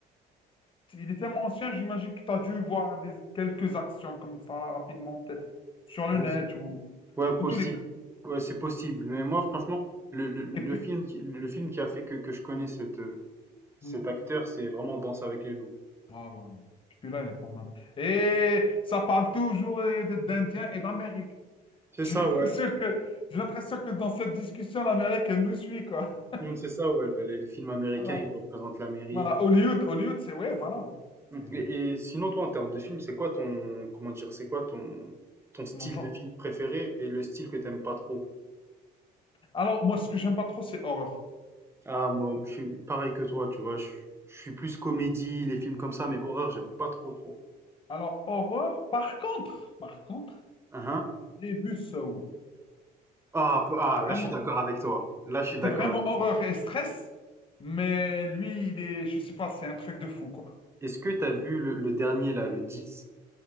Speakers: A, on the left (about 30°); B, on the right (about 15°).
A: Il est tellement ancien, j'imagine que tu as dû voir des, quelques actions comme ça rapidement, peut-être sur le
B: Je
A: net
B: sais.
A: ou
B: Ouais, possible.
A: en tous les cas.
B: Ouais, c'est possible. Mais moi, franchement, le, le, le
A: Et puis,
B: film, qui, le film qui a fait que, que je connais cette, euh, Cet
A: hmm,
B: acteur, c'est vraiment Danse avec les loups.
A: ah ben, celui-là, il est pas mal. Et ça parle toujours euh, de- d'Indiens et d'Amérique.
B: C'est
A: J'ai
B: ça,
A: l'impression
B: ouais.
A: que, j'ai l'impression que dans cette discussion, l'Amérique, elle nous suit, quoi.
B: Mmh, c'est ça, ouais. Les, les films américains,
A: Voilà.
B: ils représentent l'Amérique.
A: Voilà. Hollywood, Hollywood, c'est ouais, voilà.
B: Mmh.
A: C'est
B: Et, et sinon, toi, en termes de film, c'est quoi ton, comment dire, c'est quoi ton, ton style
A: mon genre.
B: de film préféré et le style que t'aimes pas trop?
A: Alors, moi, ce que j'aime pas trop, c'est horreur.
B: Ah, moi, je suis pareil que toi, tu vois. Je, je suis plus comédie, les films comme ça,
A: Hmm.
B: mais horreur, j'aime pas trop, trop.
A: Alors, horreur, par contre, par contre,
B: Ah, Hein
A: j'ai vu Saw.
B: Ah, peu- ah,
A: C'est
B: là,
A: vraiment
B: je suis d'accord avec toi. Là, je suis d'accord
A: C'est vraiment
B: avec
A: horreur
B: toi.
A: et stress, mais lui, il est, je sais pas, c'est un truc de fou, quoi.
B: Est-ce que t'as vu le, le dernier, là, le dix